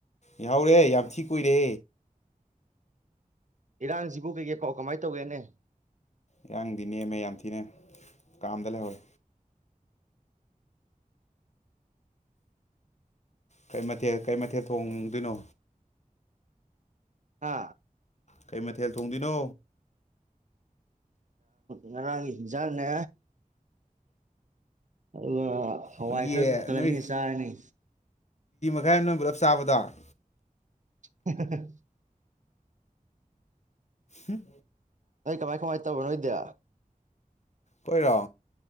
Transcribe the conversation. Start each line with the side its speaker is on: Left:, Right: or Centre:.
Left: ꯌꯥꯍꯧꯔꯦ ꯌꯥꯝ ꯊꯤ ꯀꯨꯏꯔꯦ
Right: ꯏꯔꯥꯡꯁꯤꯕꯨ ꯀꯩꯀꯩ ꯄꯥꯎ ꯀꯃꯥꯏꯅ ꯇꯧꯒꯦꯅꯦ
Left: ꯏꯔꯥꯡꯗꯤ ꯅꯦꯝꯃꯦ ꯌꯥꯝ ꯊꯤꯅ ꯀꯥꯝꯗ ꯂꯩꯍꯧꯋꯦ ꯀꯩ ꯃꯊꯦꯜ ꯀꯩ ꯃꯊꯦꯜ ꯊꯣꯡꯗꯣꯏꯅꯣ
Right: ꯍꯥ
Left: ꯀꯩ ꯃꯊꯦꯜ ꯊꯣꯡꯗꯣꯏꯅꯣ
Right: ꯉꯔꯥꯡꯒꯤ ꯏꯟꯖꯥꯡꯅꯦ ꯑꯗꯨꯒ ꯍꯋꯥꯏ
Left: ꯅꯣꯏꯒꯤ
Right: ꯈꯔ ꯊꯣꯡꯒꯠꯂꯥꯅꯤ
Left: ꯅꯣꯏ
Right: ꯆꯥꯔꯅꯤ
Left: <inaudible> ꯅꯣꯏ ꯄꯨꯂꯞ ꯆꯥꯕꯗꯣ
Right: <inaudible>
Left: ꯎꯝ
Right: ꯑꯩ ꯀꯃꯥꯏ ꯀꯃꯥꯏ ꯇꯧꯕ ꯅꯣꯏ ꯏꯗꯤ
Left: ꯑꯩꯈꯣꯏꯔꯣ